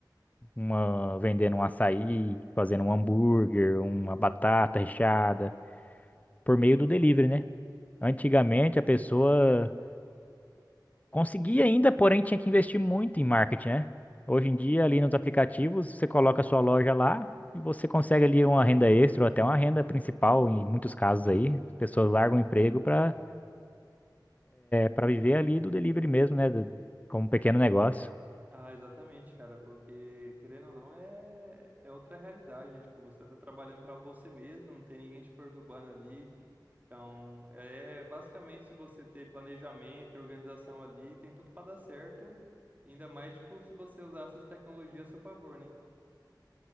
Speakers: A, on the left; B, on the right.
A: Uma, vendendo um açaí, fazendo um hambúrguer, uma batata recheada, por meio do delivery, né? Antigamente a pessoa conseguia ainda, porém tinha que investir muito em marketing, né? Hoje em dia, ali nos aplicativos, você coloca a sua loja lá e você consegue ali uma renda extra ou até uma renda principal, em muitos casos aí. As pessoas largam o emprego para para viver ali do delivery mesmo, né? do- Como um pequeno negócio.
B: Ah, exatamente, cara, porque querendo ou não é, é outra realidade, né? Tipo, você tá trabalhando pra você mesmo, não tem ninguém te perturbando ali. Então, é basicamente se você ter planejamento e organização ali, tem tudo para dar certo. e Ainda mais, tipo, se você usar essas tecnologias a seu favor, né?